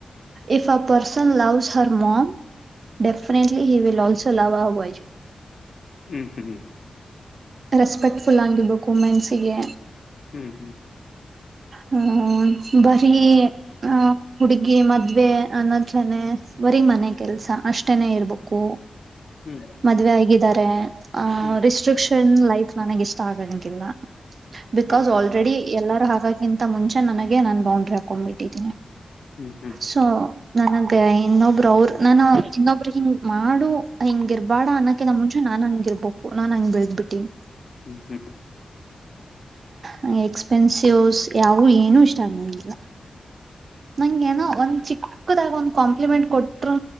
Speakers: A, on the right; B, on the left.
A: if a person loves her mom definitely he will also love ಅವ ವೈಫ್
B: ಹ್ಮ್ ಹ್ಮ್ ಹ್ಮ್
A: ರೆಸ್ಪೆಕ್ಟ್ ಫುಲ್ ಆಗಿರ್ಬೇಕು ವುಮೆನ್ಸ್ ಗೆ
B: ಹ್ಮ್ ಹ್ಮ್
A: ಹ್ಮ ಬರೀ ಆ ಹುಡುಗಿ ಮದ್ವೆ ಅನತ್ರನೆ ಬರೀ ಮನೆ ಕೆಲ್ಸ ಅಷ್ಟೇನೆ ಇರ್ಬೇಕು
B: ಹ್ಮ್
A: ಮದ್ವೆ ಆಗಿದ್ದಾರೆ ಮತ್ತ
B: ಹ್ಮ್
A: ಹಾ ರೆಸ್ಟ್ರಿಕ್ಯುಷನ್ ನ್ ಲೈಫ್ ನನಗ್ ಇಷ್ಟ ಆಗಂಗಿಲ್ಲ ಬಿಕಾಸ್
B: ಹಾ ಹಾ
A: ಆಲ್ರೆಡಿ ಎಲ್ಲ ಹಾಗಕ್ಕಿಂತ ಮುಂಚೆ ನನಗೆ ನಾನು ಬೌಂಡ್ರಿ ಹಾಕೊಂಡ್ಬಿಟ್ಟಿದ್ದೀನಿ
B: ಹ್ಮ್ ಹ್ಮ್
A: ಸೊ ನನಗ್ ಇನ್ನೊಬ್ರು ಅವರು ನಾನ ಇನ್ನೊಬ್ರು ಹಿಂಗ್ ಮಾಡು ಹಿಂಗಗೆ ಇರ್ಬೇಡ ಅನ್ನಕ ನ ಮುಂಚೆ ನಾನ್ ಹಂಗ ಇರ್ಬಬೇಕು ನಾನ್ ಹಂಗ್ ಬೆಳ್ದ್ಬಿಟ್ಟೀನಿ
B: ಹ್ಮ್ ಹ್ಮ್
A: ನ ಎಕ್ಸ್ಪೆನ್ಸಿವ್ಸ್ ಯಾವು ಏನೂ ಇಷ್ಟ ಅ ನಂಗೆಲ್ಲ ನಂಗ ಏನೋ ಒಂದ್ ಚಿಕ್ಕದಾಗ ಒಂದ್ ಕಾಂಪ್ಲಿಮೆಂಟ್ ಕೊಟರುೂ